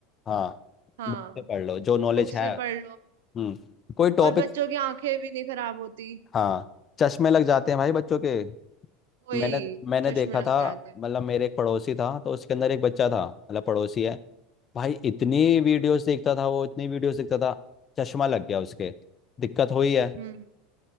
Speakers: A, on the left; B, on the right.
A: हाँ
B: हाँ
A: बुक से पढ़ लो जो नॉलेज
B: बुक से
A: है
B: पढ़ लो
A: हम्म कोई टॉपिक
B: और बच्चों की आंखें भी नहीं खराब होती
A: हाँ चश्मे लग जाते हैं भाई बच्चों के
B: वही
A: मैंने मैंने
B: चश्मे
A: देखा
B: लग
A: था
B: जाते हैं
A: मतलब मेरे एक पड़ोसी था तो उसके अंदर एक बच्चा था मतलब पड़ोसी है भाई इतनी वीडियोस देखता था वो इतनी वीडियोस देखता था चश्मा लग गया उसके दिक्कत हुई है
B: हम्म